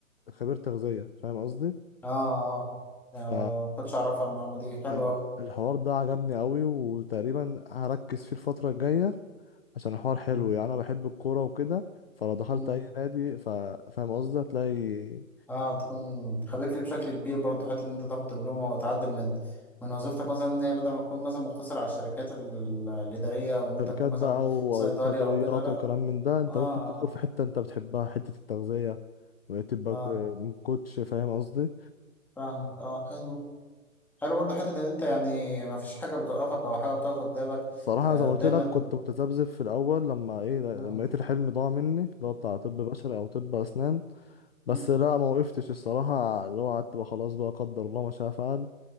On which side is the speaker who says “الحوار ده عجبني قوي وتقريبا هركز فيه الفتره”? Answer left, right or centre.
Left